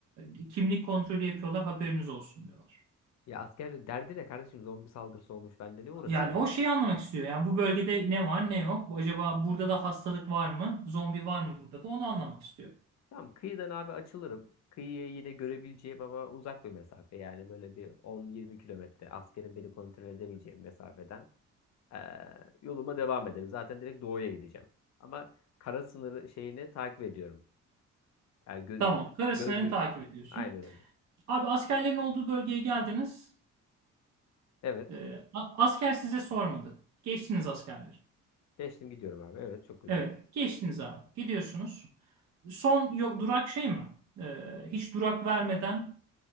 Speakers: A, on the right; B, on the left.
A: e, kimlik kontrolü yapıyorlar, haberiniz olsun diyorlar.
B: Ya asker derdi ne kardeşim zombi saldırısı olmuş bende ne uğraşıyor
A: Yani
B: ya.
A: o şeyi anlamak istiyor. Yani bu bölgede ne var ne yok. Acaba burada da hastalık var mı? Zombi var mı burada da? Onu anlamak istiyor.
B: Tamam kıyıdan abi açılırım. Kıyıyı yine görebileceğim ama uzak bir mesafe yani böyle bir 10-20 kilometre askerin beni kontrol edemeyeceği bir mesafeden ee, yoluma devam ederim. Zaten direkt doğuya gideceğim. Ama kara sınırı şeyini takip ediyorum. Yani gö
A: Tamam. Kara
B: gözle
A: takip ediyorsun.
B: aynen öyle.
A: Abi askerlerin olduğu bölgeye geldiniz.
B: Evet
A: Ee, a- asker size sormadı. Geçtiniz askerleri.
B: geçtim gidiyorum abi evet çok güzel.
A: Evet, geçtiniz abi. Gidiyorsunuz. Son yo- durak şey mi? Ee, hiç durak vermeden